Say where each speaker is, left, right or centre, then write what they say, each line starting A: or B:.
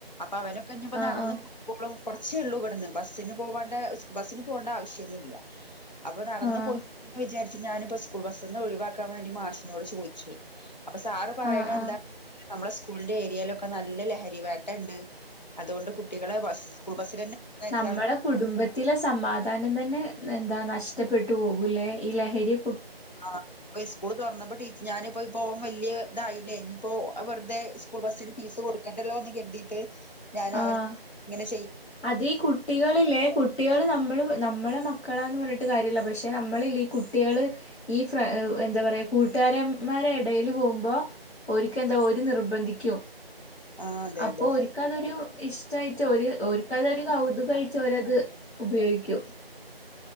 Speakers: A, on the left; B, on the left.
A: അപ്പൊ അവനൊക്കെ ഇഞ്ഞപ്പോ
B: ആഹ്
A: നടന്നു
B: ആഹ്
A: പോോളും കുറച്ച്ല്ലോ ബസിന് പോണ്ട ബസിന് പോകേണ്ട ആവശ്യംന്നും ഇല്ല അപ്പൊ നടന്ന്ന്
B: ആഹ്
A: പോയിന്ന് വിചാരിു ഞാനിപ്പോ സ്കൂൾ ബസ്ന്ന് ഒഴിവാക്കാൻ വേണ്ടി മാസിനോട് ചോദിച്ചു അപ്പൊ സാറ് പറയണ
B: ആഹ് ആഹ്
A: എന്താ നമ്മളുടെ സ്കൂളിന്റെ ഏരിയയിലൊക്കെ നല്ല ലഹരി വേട്ടണ്ട് അതുകൊണ്ട് കുട്ടികളെ ബസ് സ്കൂൾ ബസ്സ തന്നെ പറഞ്ഞയച്ചാൽ
B: നമ്മളുടെ കുടുംബത്തിലെ സമാധാനം തന്നെ എന്താ കഷ്ടപ്പെട്ടു പോകൂലേ ഈലഹരി
A: ആ സ്കൂള് തുറന്നപ്പോ ടീച്ച ഞാന അപ്പൊ പോകൻ വലിയ ഇതായില്ലേ ഇനിയിപ്പോ അവറത സ്കൂൾ ബസ്സിന് ഫീസ് കൊടുക്കണ്ടല്ലോ എന്ന് കരുതിയിട്ട് ഞാൻ
B: ആഹ്
A: അവങ്ങനെ
B: അതീ കുട്ടികളില്ലേ കുട്ടികൾ നമ്മൾ നമ്മളെ മക്കളാന്ന് പറഞ്ഞിട്ട് കാര്യല്ല പക്ഷെ നമ്മളില്ല ഈ കുട്ടികള് ഈ ഫ്ര എന്താ പറയാ കൂട്ടുകാരമാരു ഇടൽ പോകുമ്പോ ഒക്ക് എന്താ ഒരു നിർബന്ധിക്കും
A: ആ അതെ
B: അപ്പൊ
A: അതെ
B: ഒരിക്കും അതൊരു ഇഷ്ടായിട്ട് ഒരു ഓർക്കതൊരു കൗതുകായിട്ട് അവരത് ഉപയോഗിക്കും